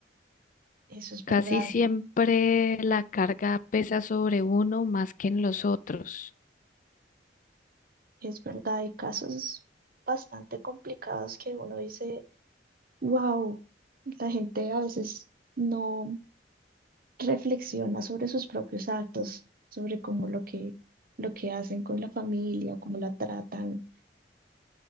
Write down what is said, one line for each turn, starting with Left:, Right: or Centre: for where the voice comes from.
Right: Eso es
Left: Casi
Right: verdad,
Left: siempre la carga pesa sobre uno más que en los otros.
Right: es verdad. Hay casos bastante complicados que uno dice, wow, la gente a veces no reflexiona sobre sus propios actos, sobre cómo lo que, lo que hacen con la familia o cómo la tratan.